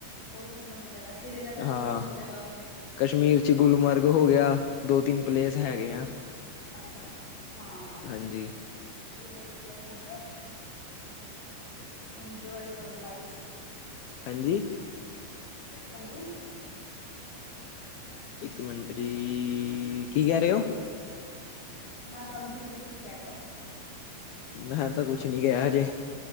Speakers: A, on the left (about 50°); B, on the left (about 80°).
A: ਉਹ ਵੀ ਘੁੰਮਣ ਦੀ ਜਗਾ, ਸ੍ਰੀਨਗਰ ਵੀ
B: ਹਾਂ।
A: ਘੁੰਮਣ ਦੀ ਜਗਾ ਉੱਥੇ।
B: ਕਸ਼ਮੀਰ ਚ ਗੁਲਮਾਰਗ ਹੋ ਗਿਆ, ਦੋ ਤਿੰਨ ਪਲੇਸ ਹੈਗੇ ਆਂ।
A: ਅੱਛਾ, ਹਾਂ।
B: ਹਾਂਜੀ
A: ਚਲੋ ਵਧੀਆ, ਘੁੰਮੋ। ਇੰਜੋਏ ਕਰੋ ਲਾਈਫ।
B: ਹਾਂਜੀ
A: ਹਾਂਜੀ
B: ਇੱਕ ਮਿੰਟ ਜੀ, ਕੀ ਕਹਿ ਰਹੇ ਹੋ?
A: ਮੈਂ ਤੁਹਾਨੂੰ, ਪੁੱਛਣਾ ਕੀ ਕਹਿ ਰਹੇ ਹੋ।
B: ਮੈਂ ਤਾਂ, ਕੁਛ ਨਹੀਂ ਕਿਹੈ ਅਜੇ।